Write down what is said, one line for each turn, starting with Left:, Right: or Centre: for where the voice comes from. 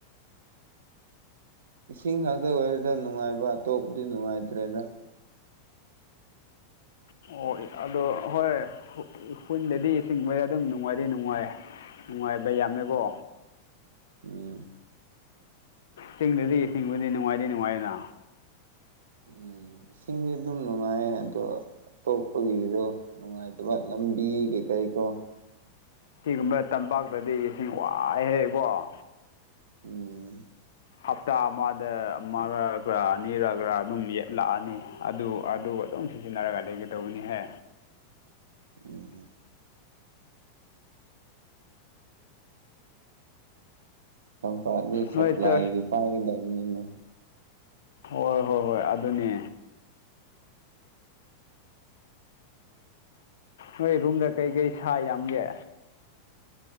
Right: ꯏꯁꯤꯡ ꯈꯛꯇ ꯑꯣꯏꯔꯦꯗ ꯅꯨꯡꯉꯥꯏꯕ ꯑꯇꯣꯞꯄꯗꯤ ꯅꯨꯡꯉꯥꯏꯇ꯭ꯔꯦꯗ
Left: ꯑꯣ ꯑꯗꯣ ꯍꯣꯏ ꯈꯨꯟꯗꯗꯤ ꯏꯁꯤꯡꯕꯗ ꯑꯗꯨꯝ ꯅꯨꯡꯉꯥꯏꯗꯤ ꯅꯨꯡꯉꯥꯏ ꯅꯨꯡꯉꯥꯏꯕ ꯌꯥꯝꯃꯦꯀꯣ
Right: ꯎꯝ ꯎꯝ
Left: ꯆꯤꯡꯗꯗꯤ ꯁꯤꯡꯕꯨꯗꯤ ꯅꯨꯡꯉꯥꯏꯗꯤ ꯅꯨꯡꯉꯥꯏꯗ
Right: ꯎꯝ ꯏꯁꯤꯡꯗꯤ ꯑꯗꯨꯝ ꯅꯨꯡꯉꯥꯏꯌꯦ ꯑꯗꯣ ꯑꯇꯣꯛꯄꯒꯤꯗꯣ ꯅꯨꯡꯉꯥꯏꯇꯕ ꯂꯝꯕꯤ ꯀꯩ ꯀꯔꯤ ꯀꯣ
Left: ꯁꯤꯒꯨꯝꯕ ꯇꯝꯄꯥꯛꯇꯗꯤ ꯏꯁꯤꯡ ꯋꯥꯏ ꯍꯥꯏꯍꯦ ꯏꯕꫭ
Right: ꯎꯝ
Left: ꯍꯞꯇꯥ ꯑꯃꯗ ꯃꯪꯉꯥꯔꯛꯂ ꯑꯅꯤꯔꯛꯒ꯭ꯔꯥ ꯑꯗꯨꯝ ꯌꯦꯠꯂꯛꯑꯅꯤ ꯑꯗꯨ ꯑꯗꯨ ꯑꯗꯨꯝ ꯁꯤꯖꯤꯟꯅꯔꯒ ꯂꯩꯒꯗꯧꯕꯅꯤꯍꯦ
Right: ꯎꯝ ꯇꯝꯄꯥꯛꯗꯤ ꯁꯞꯂꯥꯏꯒꯤ
Left: ꯅꯣꯏ ꯆꯔꯆ
Right: ꯄꯥꯏꯒꯗꯕꯅꯤꯅꯦ
Left: ꯍꯣꯏ ꯍꯣꯏ ꯍꯣꯏ ꯑꯗꯨꯅꯦ ꯅꯣꯏ ꯔꯨꯝꯗ ꯀꯩꯀꯩ ꯁꯥ ꯌꯥꯝꯒꯦ